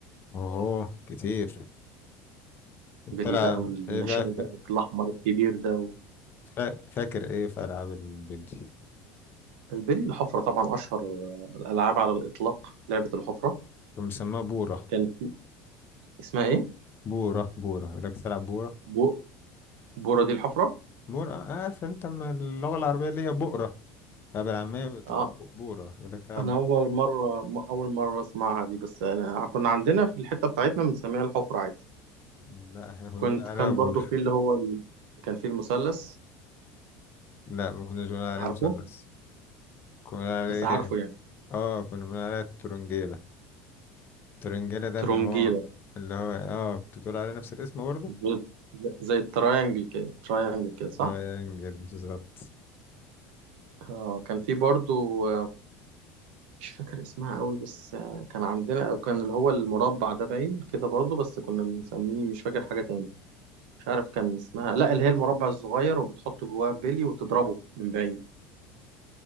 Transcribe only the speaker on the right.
بيلي بقى والنشان
بقى الاحمر الكبير ده و...
البلي الحفرة طبعا أشهر آه، الألعاب على الإطلاق لعبة الحفرة
كانت اسمها إيه؟
بو... بورة دي الحفرة؟
آه
أنا
أول مرة م- أول مرة أسمعها دي بس أنا كنا عندنا في الحتة بتاعتنا بنسميها الحفرة عادي
كنت
كان
برضو في اللي هو ال... كان في المثلث
عارفه؟
بس عارفه
يعني
ترونجيلة
زي زي التراينجل كده تراينجل كده صح؟
آه كان في برضو مش فاكر اسمها قوي بس آه، كان عندنا او كان اللي هو المربع ده باين كده برضه بس كنا بنسميه مش فاكر حاجة تاني مش عارف كان اسمها لا اللي هي المربع الصغير وبتحط جواه بلي وتضربه من بعيد